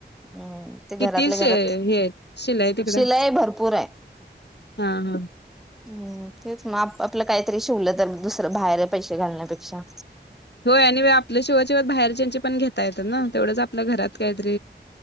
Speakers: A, in the centre; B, on the left (about 70°).
A: हम्म ते घरातल्या
B: किती शे
A: घरात
B: हे आहेत शिलाई तिकडं
A: शिलाई भरपूर आहे.
B: हा हा
A: हम्म तेच मग आप आपलं काय काहीतरी शिवलं तर दुसरं बाहेर पैसे घालण्यापेक्षा
B: होय आणि आपल्या शिवाय शिवय बाहेरच्याचे पण घेता येतं ना, तेवढंच आपल्या घरात काय तरी.